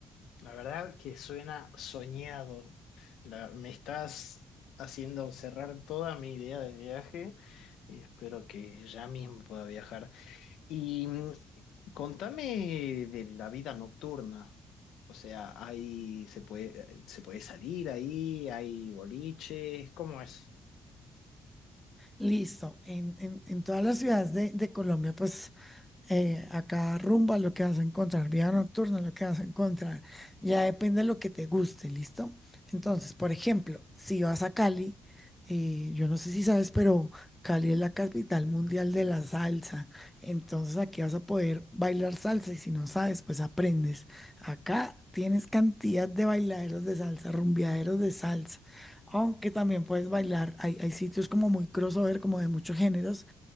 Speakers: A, on the left (about 80°); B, in the centre.
A: La verdad que suena soñado. La- me estás haciendo cerrar toda mi idea de viaje y espero que ya mismo pueda viajar. Y mm, contame de la vida nocturna. O sea, ahí se puede, se puede salir ahí, hay boliches, ¿cómo es?
B: Listo. En, en- en todas las ciudades de, de Colombia, pues eh, a rumba lo que vas a encontrar, vida nocturna lo que vas a encontrar, ya depende de lo que te guste, ¿listo? Entonces, por ejemplo, si vas a Cali, eh, yo no sé si sabes, pero Cali es la capital mundial de la salsa. Entonces aquí vas a poder bailar salsa y si no sabes, pues aprendes. Acá tienes cantidad de bailaderos de salsa, rumbeaderos de salsa aunque también puedes bailar. Hay, hay sitios como muy crossover, como de muchos géneros.